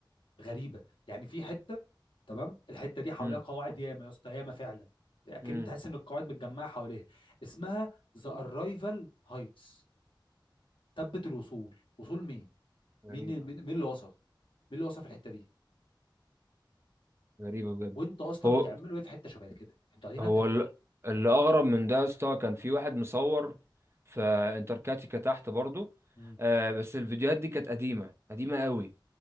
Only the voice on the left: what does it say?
غريبه يعني في حته تمام الحته دي حواليها
قواعد ياما يا اسطى ياما فعلا لكن
تحس ان القواعد متجمعه حواليها اسمها ذا ارايفل هايتس تبت الوصول وصول مين
مين مين مين اللي وصل مين اللي وصل في الحته دي
وانت اصلا
بتعملوا ايه في حته شبه كده انتوا قاعدين
هنا بتعملوا
امم